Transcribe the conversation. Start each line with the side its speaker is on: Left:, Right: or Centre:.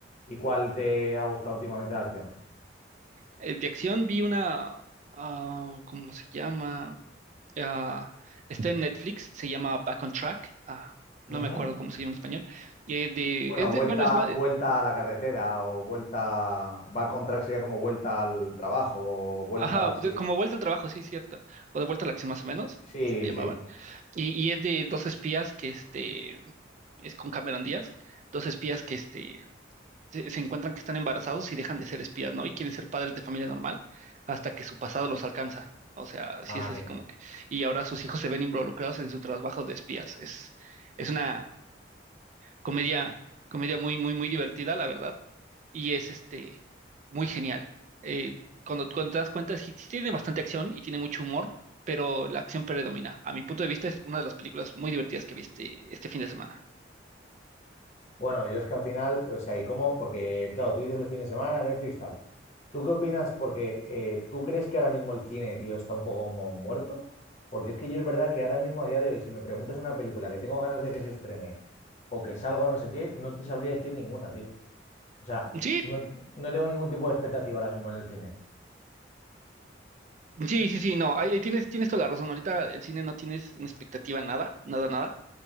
Left: ¿Y cuál te ha gustado últimamente de acción?
Right: Eh, de acción vi una, ah, ¿cómo se llama? Ah, está en Netflix, se llama Back on Track. Ah, no
Left: Ujú.
Right: me acuerdo cómo se llama en español. Y es de,
Left: Bueno,
Right: es de,
Left: vuelta,
Right: bueno, es más,
Left: vuelta a la carretera o vuelta, va con track sería como vuelta al trabajo o vuelta,
Right: ajá, de-
Left: sí.
Right: como vuelta al trabajo, sí, cierto. O de vuelta a la acción más o menos,
Left: Sí,
Right: se le llamaban.
Left: sí.
Right: Y, y es de dos espías que este, es con Cameron Díaz, dos espías que este, se, se encuentran que están embarazados y dejan de ser espías, ¿no? Y quieren ser padres de familia normal hasta que su pasado los alcanza. O sea, sí
Left: Ah,
Right: es
Left: amigo.
Right: así como que. Y ahora sus hijos se ven involucrados en su trabajo de espías. Es, es una comedia, comedia muy, muy, muy divertida, la verdad, y es este, muy genial. Eh, cuando, cuando te das cuenta, sí, sí tiene bastante acción y tiene mucho humor, pero la acción predomina. A mi punto de vista, es una de las películas muy divertidas que viste este este fin de semana.
Left: Bueno, yo es que al final, o sea, ¿y cómo? Porque, claro, tú dices el fin de semana, Netflix, tal. ¿Tú qué opinas? Porque eh, ¿tú crees que ahora mismo el cine, tío, está un poco como muerto? Porque es que yo es verdad que ahora mismo, a día de hoy, si me preguntas una película que tengo ganas de que se estrene o que salga o no sé qué, no te sabría decir ninguna, tío. O sea,
Right: Sí,
Left: no, no tengo ningún tipo de expectativa ahora mismo en el cine.
Right: sí, sí, sí, no, ahí ahí tienes, tienes toda la razón. Ahorita el cine no tienes en expectativa nada, nada, nada.